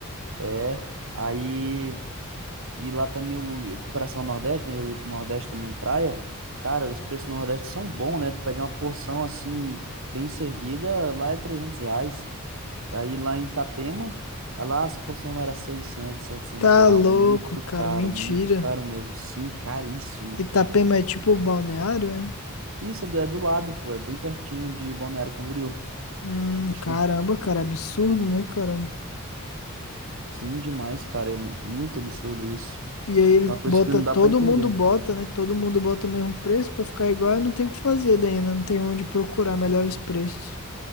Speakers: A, on the right; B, on the left.
A: É. Aí. E lá também o, comparação coração Nordeste, né? Eu ia pro Nordeste também, praia. Cara, os preços no Nordeste são bons, né? Tu pede uma porção assim, bem servida, lá é 300 reais. Aí lá em Itapema, lá as porções lá era 600 700
B: Tá
A: reais.
B: louco,
A: Muito
B: cara.
A: caro,
B: Mentira.
A: muito caro mesmo. Sim, caríssimo.
B: Itapema é tipo balneário, é?
A: Isso é do é do lado, pô, é bem pertinho de Balneário Camboriú.
B: Hum,
A: Acho
B: caramba,
A: que
B: cara. Absurdo, né, cara?
A: sim, demais, cara. É muito absurdo isso.
B: E aí ele
A: É uma coisa
B: bota,
A: que não
B: todo
A: dá pra entender.
B: mundo bota, né? Todo mundo bota o mesmo preço pra ficar igual. Eu não tenho o que fazer daí, né? Não tenho onde procurar melhores preços.